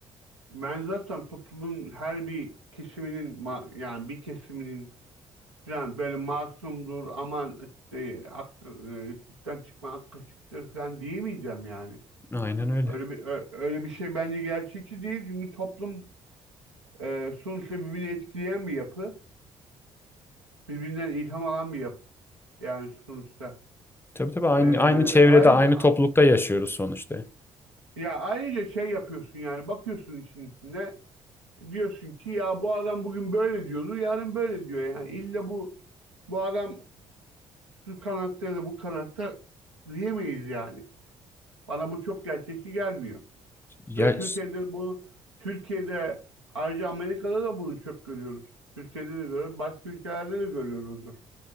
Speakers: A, on the right; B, on the left.
A: ben zaten toplumun her bir kesiminin ma- yani bir kesiminin falan böyle masumdur aman e, ak- e, sütten çıkma ak kaşıktır falan diyemeyeceğim yani.
B: aynen öyle.
A: Öyle bir ö- öyle bir şey bence gerçekçi değil çünkü toplum e, sonuçta birbirini etkileyen bir yapı, birbirinden ilham alan bir yapı yani sonuçta.
B: Tabii tabii aynı,
A: E,
B: aynı çevrede
A: ayrıca
B: aynı toplulukta yaşıyoruz sonuçta.
A: ya ayrıca şey yapıyorsun yani bakıyorsun işin içinde diyorsun ki ya bu adam bugün böyle diyordu yarın böyle diyor yani illa bu bu adam şu kanatta ya da bu kanatta diyemeyiz yani. Bana bu çok gerçekçi gelmiyor.
B: Ya,
A: Ve Türkiye'de bunu Türkiye'de ayrıca Amerika'da da bunu çok görüyoruz. Türkiye'de de görüyoruz. Başka ülkelerde de görüyoruzdur.